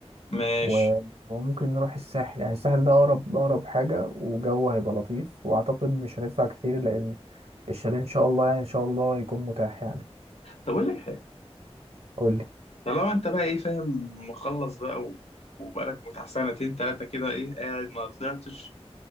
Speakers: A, on the left; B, on the right.
A: ماشي
B: و- وممكن نروح الساحل يعني الساحل ده اقرب اقرب حاجه وجو هيبقى لطيف واعتقد مش هندفع كتير لان الشاليه ان شاء الله يعني ان شاء الله يكون متاح يعني
A: طب اقول لك حاجة
B: قول لي
A: طالما انت بقى ايه فاهم مخلص بقى و... وبقالك بتاع سنتين تلاتة كده ايه قاعد ما طلعتش